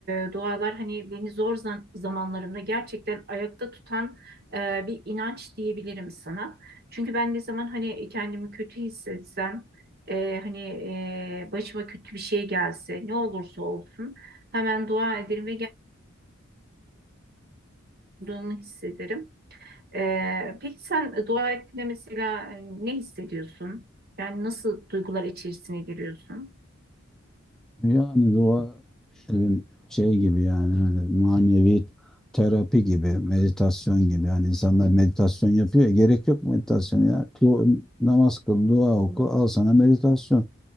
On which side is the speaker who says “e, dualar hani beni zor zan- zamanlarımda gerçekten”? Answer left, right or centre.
Right